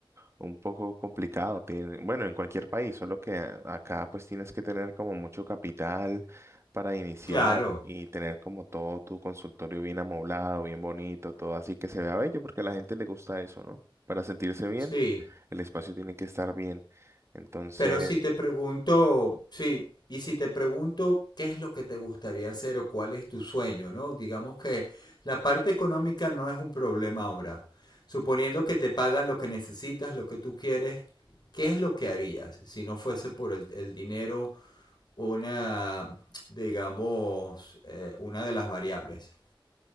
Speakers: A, on the right (about 30°); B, on the left (about 55°).
A: un poco complicado. Tiene- bueno, en cualquier país, solo que a- acá pues tienes que tener como mucho capital para iniciar
B: claro,
A: y tener como todo tu consultorio bien amoblado, bien bonito, todo así que se vea bello porque a la gente le gusta eso, ¿no? Para sentirse bien,
B: sí.
A: el espacio tiene que estar bien. Entonces,
B: Pero si te pregunto, sí, y si te pregunto qué es lo que te gustaría hacer o cuál es tu sueño, ¿no? Digamos que la parte económica no es un problema ahora. Suponiendo que te pagan lo que necesitas, lo que tú quieres, ¿qué es lo que harías si no fuese por el, el dinero una, digamos, eh, una de las variables.